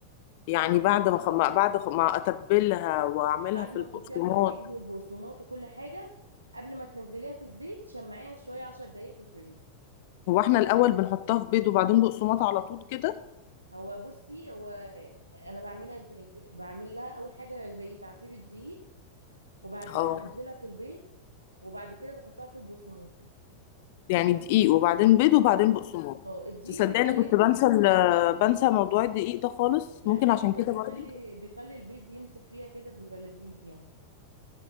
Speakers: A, on the left; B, on the right.
A: يعني بعد ما خ- ما- بعد خ- ما أتبلها وأعملها
B: بعد
A: في
B: ما
A: البقسماط
B: تحطيها في البيض والبقسماط وكل حاجه قبل ما تنزليها في الزيت شمعيها شويه 10 دقايق في الفريزر
A: هو احنا الاول بنحطها في بيض وبعدين بقسماط على طول كده
B: هو بصي هو آه، انا بعملها ازاي ب- بعمل لها اول حاجه زي تعفير الدقيق وبعد
A: اه
B: كده بنزلها في البيت وبعد كده بحطها في البقسماط
A: يعني دقيق وبعدين بيض وبعدين
B: اه
A: بقسماط
B: اه دي
A: تصدقني
B: بيخلي
A: كنت
B: البص
A: بنسى ال- بنسى موضوع الدقيق ده خالص
B: لا
A: ممكن
B: حلو
A: عشان كده
B: ده بيخلي
A: برضه
B: بيخلي البيض يمسك فيها كده بيبقى لذيذ يعني